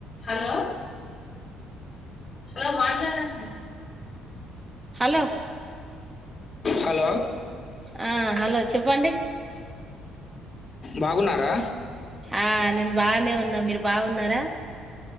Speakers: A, on the left; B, on the right.
A: హలో హలో మాట్లాడండి
B: హలో
A: హలో,
B: ఆ హలో చెప్పండి
A: బాగున్నారా
B: ఆ నేను బానే ఉన్నా మీరు బాగున్నరా